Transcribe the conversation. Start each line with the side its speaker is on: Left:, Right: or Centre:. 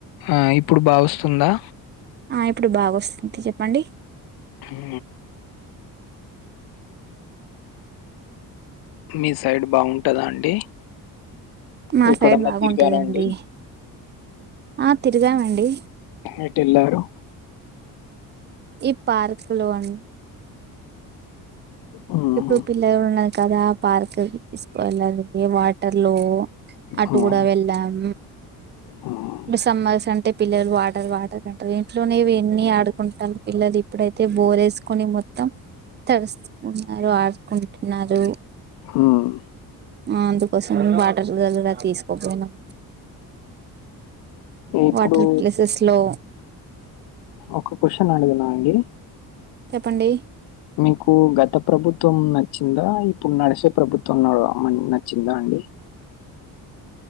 Left: ఆ ఇప్పుడు బాగా వస్తుందా,
Right: ఆ ఇప్పుడు బాగావోస్తుంది చెప్పండి,
Left: హు మీ సైడ్ బాగుంటదా అండి
Right: మా
Left: ఎక్కడన్నా
Right: సైడ్ బాగుంటదండి
Left: తిరిగారండి
Right: ఆ తిరిగామండి,
Left: ఎట్టు ఎలారు
Right: ఈ పార్క్ లోన్
Left: హ్మ్.
Right: ఇప్పుడు పిల్లలు ఉన్నారు కదా పార్క్ తీసుకు వెెళ్ళాలి వాటర్ లో అటు
Left: హ్మ్.
Right: కూడా వెళ్ళాం
Left: హ్మ్.
Right: ఇ సమ్మర్స్ అంటే పిల్లలు వాటర్ వాటర్ అంటారు ఇంట్లోనేవి ఎన్ని ఆడుకుంటారు పిల్లలు ఇప్పుడైతే బోర్ వేసుకుని మొత్తం తడుస్తున్నారు ఆడుకుంటున్నారు
Left: హ్మ్
Right: ఆ అందుకోసం వాటర్ దగర తీసుకోపోయినం
Left: ఇప్పుడు
Right: వాటర్ ప్లేసెస్ లో
Left: ఒక క్వశ్చన్ అడగనా అండి
Right: చెప్పండి
Left: మీకు గత ప్రభుత్వం నచ్చిందా ఇప్పుడు నడిసే ప్రభుత్వం నడు నచ్చిందా అండి